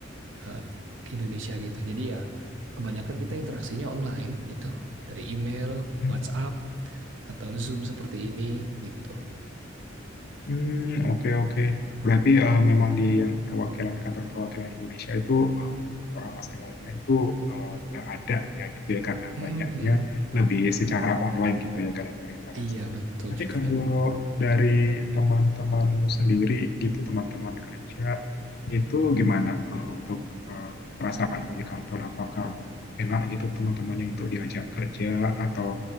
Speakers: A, on the right; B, on the left.
A: eh, ke Indonesia gitu jadi ya kebanyakan kita interaksinya online gitu dari email
B: Hmm.
A: WhatsApp atau Zoom seperti ini gitu
B: Hmm, oke oke. Berarti eh, memang di yang perwakilan kantor perwakilan Indonesia itu eh, untuk orang Australia itu eh, nggak ada ya gitu ya karena
A: Mm,
B: banyaknya
A: mm, mm.
B: lebih secara online gitu ya kalian berinteraksinya.
A: iya betul
B: Tapi
A: Juven
B: kalau dari teman-temanmu sendiri gitu teman-teman kerja itu gimana eh, untuk eh, perasaanmu di kantor apakah enak gitu teman-temannya untuk diajak kerja atau?